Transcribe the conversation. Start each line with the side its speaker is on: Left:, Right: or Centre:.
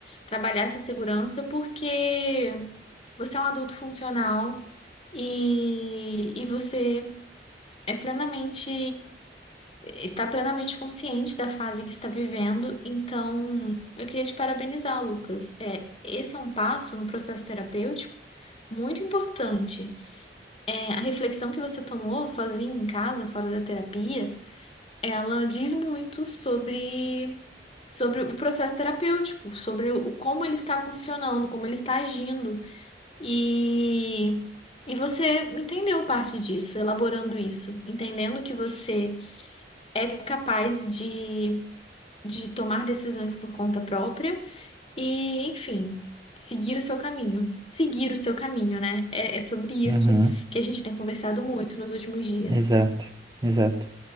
Left: trabalhar essa segurança, porque você é um adulto funcional e, e você é plenamente, está plenamente consciente da fase que está vivendo. Então, eu queria te parabenizar, Lucas. É, esse é um passo no processo terapêutico muito importante é, a reflexão que você tomou sozinho em casa, fora da terapia, ela diz muito sobre, sobre o processo terapêutico, sobre o, como ele está funcionando, como ele está agindo. E, e você entendeu parte disso, elaborando isso, entendendo que você é capaz de, de tomar decisões por conta própria e, enfim, seguir o seu caminho. Seguir o seu caminho, né? É, é sobre isso
Right: Uhum,
Left: que a gente tem conversado muito nos últimos dias.
Right: exato, exato.